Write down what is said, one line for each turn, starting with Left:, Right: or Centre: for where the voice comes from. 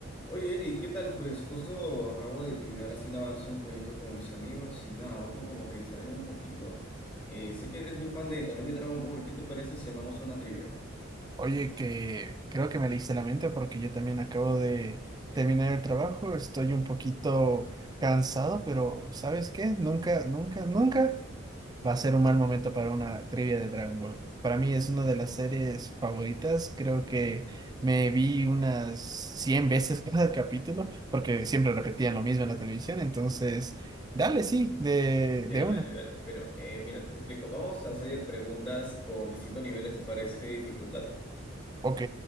Left: Oye, Eric, ¿qué tal? Pues justo acabo de terminar haciendo avance en un proyecto con mis amigos y nada, busco como que distraerme un poquito. Eh, sé que eres muy fan de también de Dragon Ball. ¿Qué te parece si armamos una trivia?
Right: Oye, que creo que me leíste la mente porque yo también acabo de terminar el trabajo, estoy un poquito cansado, pero ¿sabes qué? Nunca, nunca, nunca va a ser un mal momento para una trivia de Dragon Ball. Para mí es una de las series favoritas, creo que me vi unas 100 veces <laughs> cada capítulo porque siempre repetían lo mismo en la televisión, entonces, dale, sí, de,
Left: Ya,
Right: de una.
Left: dale, dale. Bueno, eh, mira, te explico. Vamos a hacer preguntas con distintos niveles, ¿te parece de dificultad?
Right: Ok,